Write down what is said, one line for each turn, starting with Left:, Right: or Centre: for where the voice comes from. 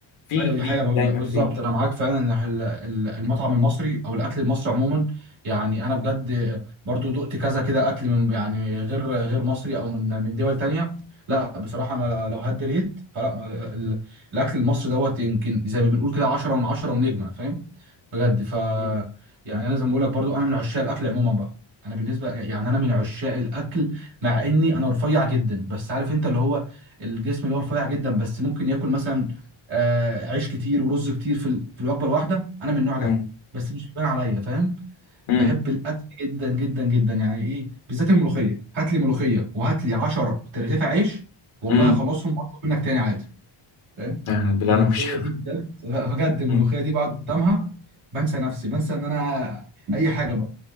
Left: في
Right: ايوه
Left: جديد
Right: دي حقيقة ب-
Left: دايما
Right: ب- بالظبط
Left: فيه
Right: انا معاك فعلا ان ال- ال- المطعم المصري او الاكل المصري عموما يعني انا بجد برضو دقت كذا كده اكل من يعني غير غير مصري او من من دول تانية لا بصراحة انا لو هدي ريت فلا ما- ال- الاكل المصري دوت يمكن زي ما بنقول كده 10 من 10 ونجمة فاهم بجد ف
Left: مم.
Right: يعني انا زي ما بقول لك برضو انا من عشاق الاكل عموما بقى انا بالنسبة يعني انا من عشاق الاكل مع اني انا رفيع جدا بس عارف انت اللي هو الجسم اللي هو رفيع جدا بس ممكن ياكل مثلا آه، عيش كتير ورز كتير في ال- في الوجبه الواحده انا من النوع ده
Left: مم.
Right: بس مش بيبان عليا فاهم
Left: مم.
Right: بحب الاكل جدا جدا جدا يعني ايه بالذات الملوخيه هات لي ملوخيه وهات لي 10 ترغيفه عيش والله
Left: مم.
Right: هخلصهم واطلب منك تاني عادي فاهم
Left: آه، بالله
Right: الملوخيه
Left: أنا وشي
Right: دي بجد بجد الملوخيه
Left: مم.
Right: دي بقعد قدامها بنسى نفسي بنسى ان انا اي حاجه بقى